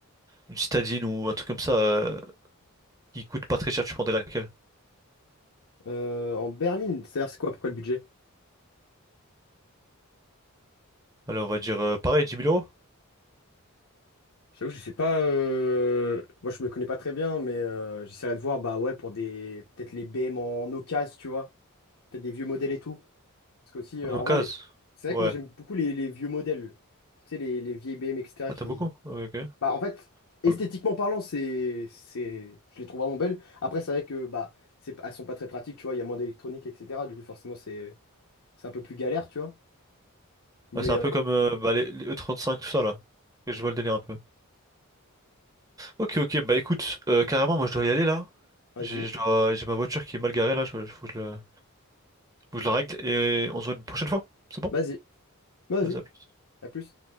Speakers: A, on the right (about 15°); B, on the left (about 70°).
A: une citadine ou un truc comme ça euh, qui coûte pas très cher, tu prendrais laquelle?
B: euh, en berline, c'est-à-dire, c'est quoi, pourquoi le budget?
A: Alors, on va dire euh, pareil, dix 000 euros?
B: J'avoue, je sais pas. euh, Moi, je me connais pas très bien, mais euh, j'essaierai de voir, bah ouais, pour des. Peut-être les B M en occasion, tu vois. Peut-être des vieux modèles et tout. Parce que, aussi, euh,
A: En occasion.
B: en vrai, les- c'est
A: Ouais.
B: vrai que moi, j'aime beaucoup les, les vieux modèles. Tu sais, les, les vieilles BM, etc.,
A: Ah,
B: qui,
A: t'aimes beaucoup? Ok, ok.
B: Bah, en fait, esthétiquement
A: Voilà.
B: parlant, c'est, c'est, je les trouve vraiment belles. Après, c'est vrai que bah, c'est, elles sont pas très pratiques, tu vois, il y a moins d'électronique, etc. Du coup, forcément, c'est, c'est un peu plus galère, tu vois. Mais
A: Ouais, c'est un
B: euh,
A: peu comme euh, bah, les, les E35, tout ça, là. Et je vois le délire un peu. Ok, ok, bah écoute, euh, carrément, moi je dois y aller, là.
B: vas-y,
A: J'ai je dois- j'ai ma voiture qui est mal garée, là, je, faut que je la, faut que je la règle, et on se voit une prochaine fois. C'est bon?
B: vas-y, vas-y,
A: Vas-y, à plus.
B: à plus.